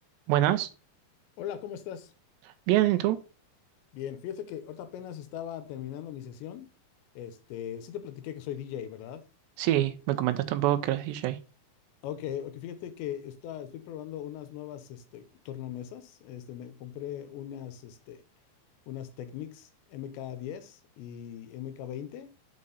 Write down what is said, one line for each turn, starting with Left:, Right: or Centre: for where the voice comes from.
Right: Buenas,
Left: Hola, ¿cómo estás?
Right: bien, ¿y tú?
Left: Bien, fíjate que ahorita apenas estaba terminando mi sesión. Este, sí te platiqué que soy DJ, ¿verdad?
Right: Sí, me comentaste un poco que eras DJ.
Left: Ok, ok, fíjate que está, estoy probando unas nuevas, este, tornamesas. Este, me compré unas, este, unas Technics MK10 y MK20.